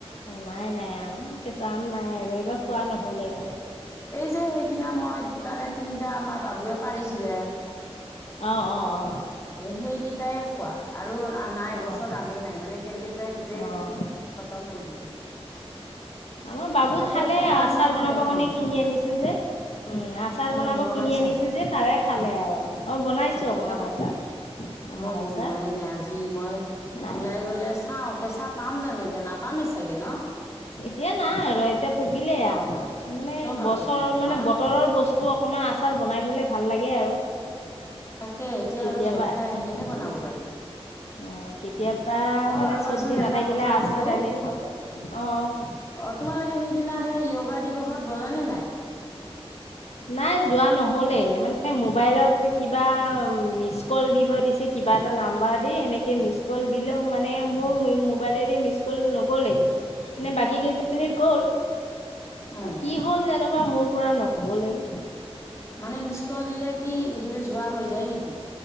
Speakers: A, on the left; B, on the left.
A: নাই নাই আম কেঁচা আম নাই আৰু এইবাৰ খোৱা নহলেই আৰু
B: এই যে সেইদিনা মই দুটা নে তিনিটা আমাৰ বাবুৱে পাৰিছিলে।
A: অ, অ,
B: এ সেইকেইটাই খোৱা আৰু নাই
A: অ',
B: গছত আমেই নাই মানে কে কেটকেটোৱাই গোটেই।
A: অ'।
B: খতম কৰি দিলে।
A: আমাৰ বাবু
B: তাকে
A: খালে
B: পকা
A: আচাৰ
B: আম খাব
A: বনাবৰ
B: বেয়া
A: কাৰণে
B: পাওঁ
A: কিনি আনি যে উম আচাৰ
B: উম
A: বনাব
B: বনাইছা
A: কিনি আনিছিল যে খালে আৰু অ বনাইছো অকমান
B: তাকে
A: আচাৰ আমৰ
B: মই বনোৱাই
A: আচাৰ
B: নাই আজি মই
A: নাই।
B: ওলাই গলে চাও কেঁচা পাম জানো এতিয়া নাপামেই চাগে ন।
A: এতিয়া নাই আৰু এতিয়া পকিলে আম। মানে
B: চব আম
A: বছৰৰ
B: পকি গল
A: মানে
B: ন
A: বতৰৰ বস্তু অকমান আচাৰ বনাই থলে ভাল লাগে আৰু
B: তাকে এতিয়া
A: কেতিয়াবা।
B: আৰু জলফাই আহিলেহে বনাব
A: উম,
B: পাৰিম
A: অ কেতিয়াবা
B: অ
A: মানে
B: ৰবাচোন
A: চব্জি
B: এটা
A: নাথাকিলে
B: কথা
A: আচাৰ
B: সুধো
A: দালি দি খাব পাৰি আহ
B: অ তোমালোকে সিদিনা সেই য়োগা দিৱসত গ'লা নে নাই
A: নাই যোৱা নহলে মানে মোবাইলত কিবা মিচ কল দিব দিছে কিবা এটা নাম্বাৰ দি এনেকে মিচ কল দিলেও মানে মোৰ মোবাইলেৰে মিচ কল নগ'লেই নে বাকী কেইজনীৰ গ'ল
B: উম
A: কি হ'ল যেনবা মোৰ পৰা নহলেই
B: মানে মিচকল দিলে কি সেইটো যোৱা হৈ যায় নেকি